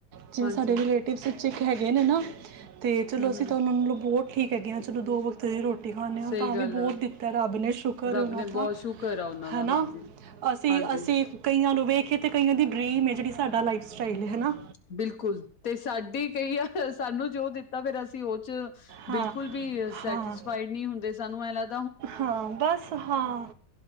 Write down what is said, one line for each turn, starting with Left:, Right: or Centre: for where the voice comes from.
Right: ਜਿਵੇਂ
Left: ਹਾਂਜੀ
Right: ਸਾਡੇ ਰਿਲੇਟਿਵਸ ਵਿੱਚ ਇੱਕ ਹੈਗੇ ਨੇ ਨਾ ਤੇ ਚਲੋ
Left: ਹਮ
Right: ਅਸੀਂ
Left: ਹਮ
Right: ਤਾਂ ਓਹਨਾਂ ਨਾਲੋ ਬਹੁਤ ਠੀਕ ਹੈਗੇ ਆ ਚਲੋ ਦੋ ਵਕਤ ਰੋਟੀ ਖਾਂਨੇ ਆ
Left: ਸਹੀ ਗੱਲ
Right: ਵੀ ਬਹੁਤ
Left: ਆ
Right: ਦਿੱਤਾ ਰੱਬ ਨੇ ਸ਼ੁਕਰ
Left: ਰੱਬ
Right: ਓਹਨਾਂ
Left: ਨੇ
Right: ਦਾ
Left: ਬਹੁਤ ਸ਼ੁਕਰ ਆ ਉਹਨਾਂ
Right: ਹੈਨਾ
Left: ਦਾ ਹਾਂਜੀ
Right: ਅਸੀਂ
Left: ਹਾਂਜੀ
Right: ਅਸੀਂ ਕਈਆਂ ਨੂੰ ਵੇਖੇ ਤੇ ਕਈਆਂ ਦੀ ਡਰੀਮ ਏ ਜਿਹੜੀ ਸਾਡਾ ਲਾਈਫ ਸਟਾਈਲ ਏ ਹੈਨਾ
Left: ਬਿਲਕੁਲ ਤੇ ਸਾਡੀ ਕਈ ਆ ਸਾਨੂੰ ਜੋ ਦਿੱਤਾ ਫੇਰ ਅਸੀਂ ਓਹ ਚ
Right: ਹਾਂ
Left: ਬਿਲਕੁਲ ਵੀ ਸੈਟਿਸਫਾਈਡ
Right: ਹਾਂ
Left: ਨਹੀਂ ਹੁੰਦੇ ਸਾਨੂੰ ਐ ਲਗ
Right: ਹਾਂ ਬਸ ਹਾਂ